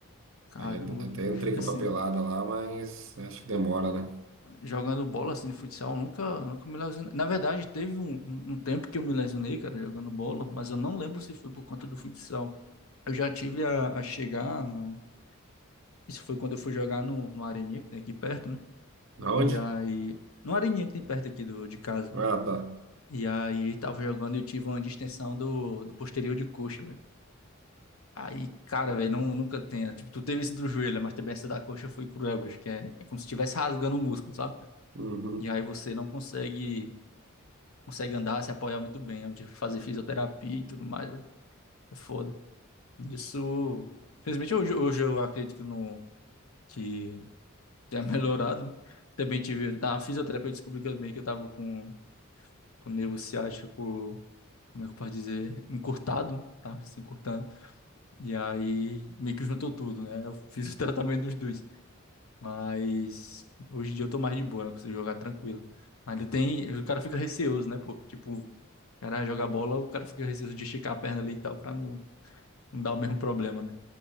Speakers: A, on the left; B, on the right.
A: caramba,
B: Aí ad- até
A: velho.
B: entrei com
A: Assim,
B: a papelada lá, mas acho que demora, né?
A: jogando bola assim de futsal, eu nunca, nunca me lesionei. Na verdade, teve um, um um tempo que eu me lesionei, cara, jogando bola, mas eu não lembro se foi por conta do futsal. Eu já tive a, a chegar no. Isso foi quando eu fui jogar no, no Areninha, que tem aqui perto, né?
B: Aonde?
A: E aí. No Areninha que tem perto aqui do, de casa.
B: Ah, tá.
A: E aí tava jogando e eu tive uma distensão do, do posterior de coxa, velho. Aí, cara, velho, não nunca tenha. Tipo, tu teve esse do joelho, né, mas também essa da coxa foi cruel, bicho, que é, é como se estivesse rasgando o músculo, sabe?
B: Uhum.
A: E aí você não consegue, consegue andar, se apoiar muito bem. Eu tive que fazer fisioterapia e tudo mais, velho. É foda. Isso. Felizmente, hoje, hoje eu acredito que, não que tenha <laughs> melhorado. né? Também tive. Na fisioterapia, eu descobri que eu, meio que eu tava com, com o nervo ciático, como é que eu posso dizer? Encurtado, né? Tava se encurtando. E aí, meio que juntou tudo, né? Eu fiz o <laughs> tratamento dos dois. Mas hoje em dia eu tô mais de boa, né? Eu consigo jogar tranquilo. Mas ainda tem. O cara fica receoso, né, pô? Tipo, o cara joga bola, o cara fica receoso de esticar a perna ali e tal, pra não, não dar o mesmo problema, né?